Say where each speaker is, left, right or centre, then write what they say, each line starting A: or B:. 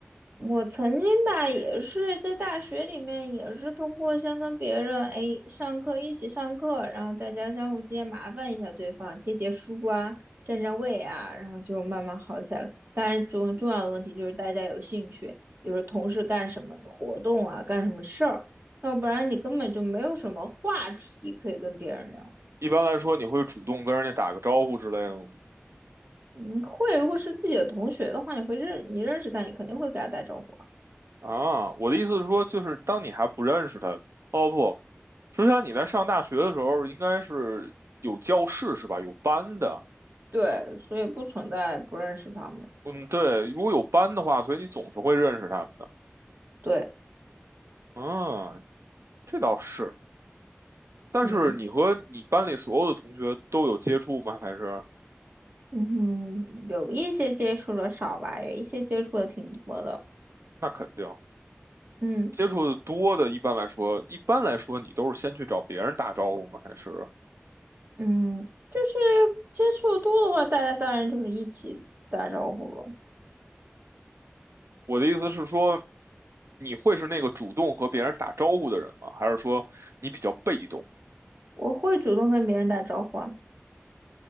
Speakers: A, on the right; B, on the right.
A: 我曾经吧，也是在大学里面，也是通过先跟别人哎上课一起上课，然后大家相互之间麻烦一下对方，借借书啊，占占位啊，然后就慢慢好起来了。当然，重重要的问题就是大家有兴趣，比如说同事干什么活动啊，干什么事儿，要不然你根本就没有什么话题可以跟别人聊。
B: 一般来说，你会主动跟人家打个招呼之类的吗？
A: 嗯，会，如果是自己的同学的话，你会认你认识他，你肯定会给他打招呼啊。
B: 啊，我的意思是说，就是当你还不认识他，哦不，之前你在上大学的时候，应该是有教室是吧？有班的，
A: 对，所以不存在不认识他们。
B: 嗯，对，如果有班的话，所以你总是会认识他们的。
A: 对，
B: 嗯，这倒是，但是你和你班里所有的同学都有接触吗？
A: 嗯
B: 还是？
A: 嗯，有一些接触的少吧，有一些接触的挺多的。
B: 那肯定。
A: 嗯
B: 接触的多的，一般来说，一般来说，你都是先去找别人打招呼吗？还是
A: 嗯，就是接触的多的话，大家当然就是一起打招呼了。
B: 我的意思是说，你会是那个主动和别人打招呼的人吗？还是说你比较被动？
A: 我会主动跟别人打招呼啊，